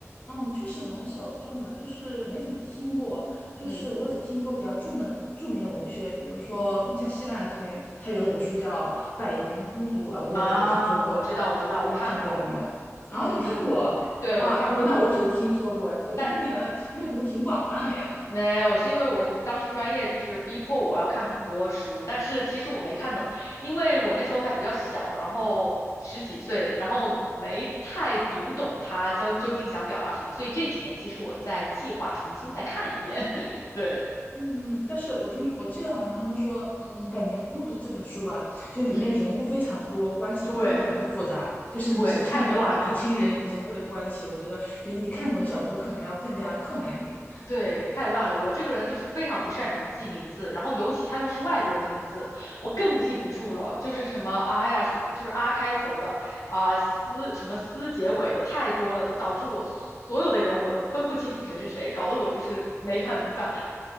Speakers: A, on the left (about 30°); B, on the left (about 75°).
A: 嗯，确实蛮小众的，就是没怎么听过。就是我只听过比较著名的著名的文学，
B: 嗯嗯
A: 比如说像西班牙这边，它有一本书叫《百年孤独》啊，
B: 嗯
A: 我不知道你有没有听说过，
B: 啊，我知道我知道，
A: 我觉得应该是蛮有名的。
B: 我看过。
A: 啊，
B: 嗯嗯嗯，
A: 你看过？
B: 对，
A: 哇，
B: 我看过，
A: 我那我只是听说过，我觉得你的阅读挺广泛的呀。
B: 但没有，是因为我以当时专业就是逼迫我要看很多书，但是其实我没看懂，因为我那时候还比较小，然后十几岁，然后没太读懂他究究竟想表达什么，所以这几年其实我在计划重新再看一遍。<laughs> 对，
A: 嗯嗯，但是我听说，我记得好像他们说，嗯，《百年孤独》这本书吧，就里面人物非常的多，
B: 嗯，
A: 关系非常之复杂。
B: 对。
A: 就是你首先你要理清人人物的关系，
B: 对，太乱了，
A: 我觉得比你看懂小说可能要更加困难一点。
B: 对，太乱了。我这个人就是非常不擅长记名字，然后尤其他又是外国人的名字，我更记不住了。就是什么啊呀，什么就是啊开头的啊思什么思结尾的太多了，就导致我所有的人我都分不清楚谁是谁，搞得我就是没看明白。